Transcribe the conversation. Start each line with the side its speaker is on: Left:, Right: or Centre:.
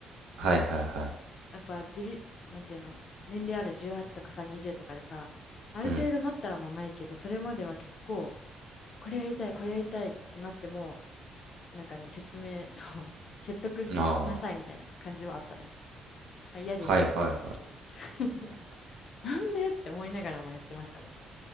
Right: はいはいはい。
Left: やっぱ、自立、なんていうの、年齢ある18とかさ、20とかでさ、ある程度なったらもうないけど、
Right: うん。
Left: それまでは結構、これやりたい、これやりたいってなっても、なんかね、説明、<laughs> そう、説得しなさいみたいな感じはあったね。
Right: あ
Left: まあ、嫌でしたね、
Right: あ。はいはいはい。
Left: 正直。<laughs> なんでって思いながらもやってましたね。